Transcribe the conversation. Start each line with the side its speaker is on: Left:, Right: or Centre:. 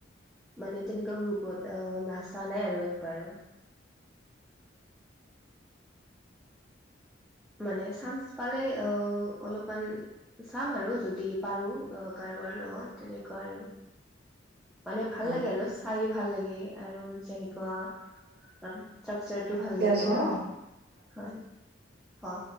Centre: মানে তেনেকুৱা গ্ৰুপত অ নাচা নাই আৰু একবাৰো। মানে চান্স পালে অ অলপমান চাম আৰু যদি পাৰো কাৰোবাৰ লগত তেনেকুৱা আৰু। মানে ভাল
Right: অ
Centre: লাগে আৰু চাই ভাল লাগে আৰু যেনেকুৱা। <unintelligible>
Right: ৰাখি
Centre: ভাল লাগে
Right: আছো
Centre: আৰু,
Right: হা
Centre: হয়, হ।